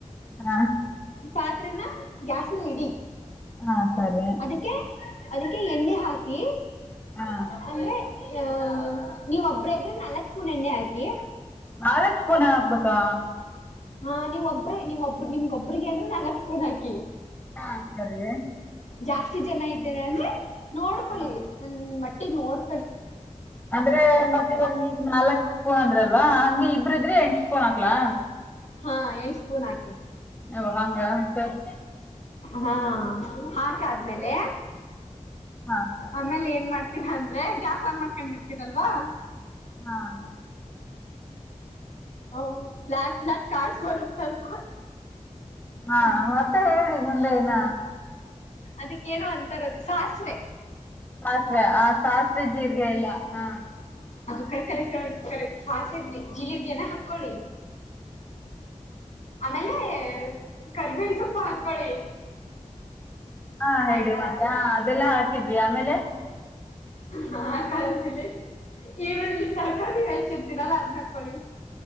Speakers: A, on the left; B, on the left.
A: ಹಾ
B: ಪಾತ್ರೆನ ಗ್ಯಾಸ್ನ ಇಡಿ
A: ಹಾ ಸರಿ
B: ಅದಕ್ಕೆ ಅದಕ್ಕೆ ಎಣ್ಣೆ ಹಾಕಿ
A: ಹಾ
B: ಅಂದ್ರೆ ಹ ನೀವ್ ಒಬ್ರ ಇದ್ರೆ ನಾಲ್ಕ್ ಸ್ಪೂನ್ ಎಣ್ಣೆ ಹಾಕಿ
A: ಆಾವಕ್ ಸ್ ಪೂಣ ಹಾಕ್ಬೇಕಾ
B: ಹಾ ನೀವ್ ಒಬ್ಬ್ರೇ ನೀವ್ ಒಬ್ಬ್ನಿಮ್ಗೊಬ್ರಿಗೆ ಅಂದ್ರೆ ನಲ್ತ್ ಫೋನ್ ಹಾಕಿ
A: ಹಾ ಸರಿ
B: ಜಾಸ್ತಿ ಜನ ಇದ್ದೇನೆ ಅಂದ್ರೆ ನೋಡ್ಕೊಳ್ಳಿ
A: ಹಾ
B: ಒಂದ್ ಮಟ್ಟಿಗೆ ನೋಡ್
A: ಅಂದ್ರೆ ಮತ್ತೆ ಇವಾಗಗ್ ನಾಲ್ಕ್ ಸ್ಪೂನ್ ಅಂದ್ರಲ್ವಾ ಹ ಇದ್ರೆ ಎಂೋನಕ್ಲಾ
B: ಹಾ ಎ ಸ್ಪೂನ್ ಹಾಕ
A: ಓ ಹಂಗ ಸರಿ
B: ಹಾ ಹಾಕಾದ್ಮೇಲೆ
A: ಹಾ
B: ಆಮೇಲೆ ಏನ್ ಮಾಡ್ತೀರಾ ಅಂದ್ರೆ ಗ್ಯಾಸ್ ಆನ್ ಮಾಡ್ಕೊಂಡ್ ಇರ್ತೀರಲ್ವಾ
A: ಹಾ
B: ಹ ಬ್ಲಯಕ್ ಬ್ಲಯಕ್ ಕಾರಾರ್ಡ್ ಬರುತ ಮ <unintelligible> <inaudible> ್
A: ಹಾ ಮತ್ತೆ ಹೇಳಿ ಮುಂದೆ ಇನ್ನ
B: ಅದಕ್ಕೇನೋ ಅಂತಾರದು ಸಾಸಿವೆ
A: ಸಾಸಿವೆ ಆ ಸಾಸಿವೆ ಜೀರಿಗೆ ಎಲ್ಲ ಹಾ
B: ರ್ ಕರೆಕ್ ಕಕ್ ಕರೆಕ್ ಕಾಸಿದ್ವಿ ಜೀರ್ಗೆನ ಹಾಕ್ಕೊಳ್ಳಿ ಆಮೇಲೆ ಕರಿಬೇಳ ಸೊಪ್ಪ ಹಾಕೊಳ್ಳಿ
A: ಹಾ ಹೇಳಿ
B: ಆಯ್ತಾ
A: ಮತ್ತೆ ಹ ಅದೆಲ್ಲ ಹಾಕಿದ್ವಿ ಆಮೇಲೆ
B: ನಾ ಕಾಣ ಈರುಳ್ಳಿ ತರಕಾರಿ ಹೆಚ್ಚಿದ್ದೀರಲ್ಲ ಅದ ಹಾಕ್ಕಳಿ